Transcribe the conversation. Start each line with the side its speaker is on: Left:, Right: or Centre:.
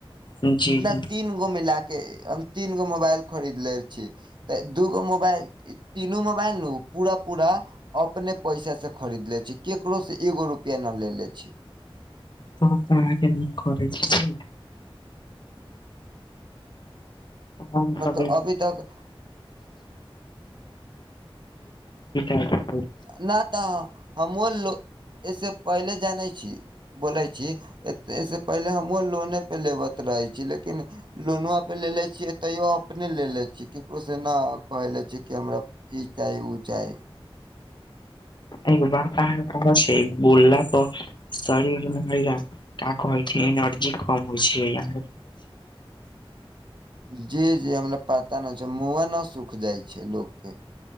Left: जी
Right: न
Left: जी
Right: तील। गो मिलाके, हम तीन गो मोबाइल खरीदले छी तऽ दूगो मोबाइल। तीनू मोबाइल नु पूरा-पूरा। अपने पैसा से खरीदले छी, केकरो से एगो रुपआ न लेेले छी।
Left: तऽ त आहाके नीक करै छी। हम
Right: मतलब
Left: सब एक।
Right: अभी तक
Left: <unintelligible>
Right: नहि तऽ ह मोलो। ऐसे पहिले जानै छी, बोले छी ऐसे पहिले हमहुँ लोने। पे लेबत रहै छी, लेकिन लोनुआ पे लेेले छीयै। तैयो अपने लेले छीये, केकरो से नै कहऽ ले छी कि हमरा इ चाही ओ चाही।
Left: एगो बात अहां के कहऽछै, बोलला तऽ। शरीर में हैया, का कहै छै एनर्जी कम होइ छै ये।
Right: जी-जी हमरा पता नहि छै, मुँहो नहि सुख जाइ छै लोकके।